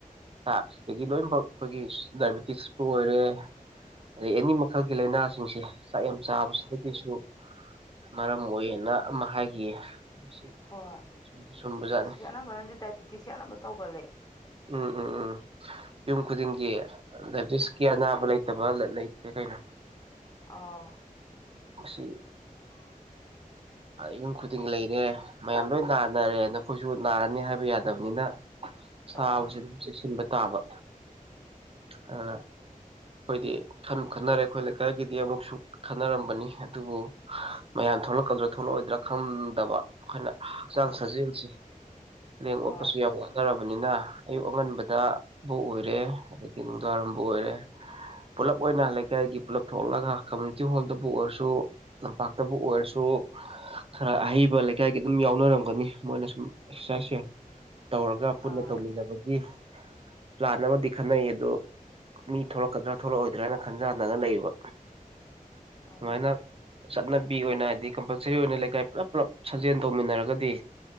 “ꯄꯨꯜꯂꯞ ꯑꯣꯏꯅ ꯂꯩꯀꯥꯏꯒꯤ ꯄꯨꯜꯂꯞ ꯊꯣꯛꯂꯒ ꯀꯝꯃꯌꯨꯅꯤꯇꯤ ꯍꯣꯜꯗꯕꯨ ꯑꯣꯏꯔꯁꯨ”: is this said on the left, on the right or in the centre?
Right